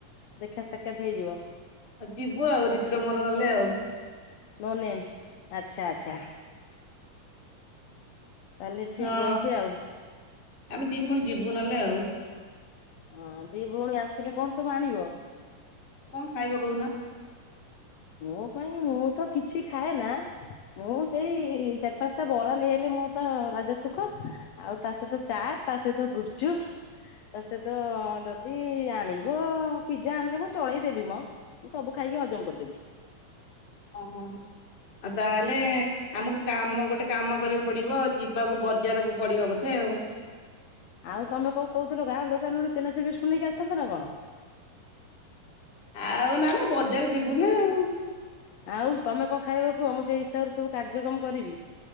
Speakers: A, on the left; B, on the left.
A: ଦେଖା ସାକ୍ଷାତ ହେଇଯିବ।
B: ହଉ ଯିବୁ ଆଉ ରିତୁରମୋର ନ ହେଲେ ଆଉ।
A: ନୋ ନେମ୍ ଆଛା ଆଚ୍ଛା। ତାହେଲେ ଠିକ୍
B: ହଁ
A: ଅଛି ଆଉ।
B: ଆମେ ଦି ଭଉଣୀ ଯିବୁ ନହେଲେ ଆଉ।
A: ହଁ ଦି ଭଉଣୀ ଆସିଲେ କଣ ସବୁ ଆଣିବ?
B: କଣ ଖାଇବ କହୁନ?
A: ମୋ ପାଇଁ ମୁଁ ତ କିଛି ଖାଏ ନା। ମୁଁ ସେଇ ଚାରି ପାଞ୍ଚଟା ବରା ନେଇ ଆଇଲେ ମୋ ପା ପୁରା ରାଜା ସୁଖ। ଆଉ ତା ସହିତ ଚା ତା ସହିତ ଗୁପଚୁପ ତା ସହିତ ଯଦି ଆଣିବ ପିଜା ଆଣିଲେ ମୁଁ ଚଳେଇ ଦେବି ମ। ମୁଁ ସବୁ ଖାଇକି ହଜମ କରିଦେବି।
B: ଓ ହୋ ଆଉ ତାହେଲେ
A: ଆଉ
B: ଆମକୁ କାମ ଗୋଟେ କାମ କରିବାକୁ ପଡ଼ିବ ଯିବାକୁ ବଜାରକୁ ପଡ଼ିବ ବୋଧେ ଆଉ।
A: ଆଉ ତମେ କଣ କହୁଥିଲ ଗାଁ ଦୋକାନରୁ ଚେନାଚୁରୁ ବିସ୍କୁଟ ନେଇକି ଆସିଥାନ୍ତ ନା କଣ।
B: ଆଉ ନା ନା ବଜାର ଯିବୁ ନା ଆଉ।
A: ଆଉ ତମେ କଣ ଖାଇବ କୁହ ମୁଁ ସେଇ ହିସାବରେ ସବୁ କାର୍ଯ୍ୟକ୍ରମ କରିବି।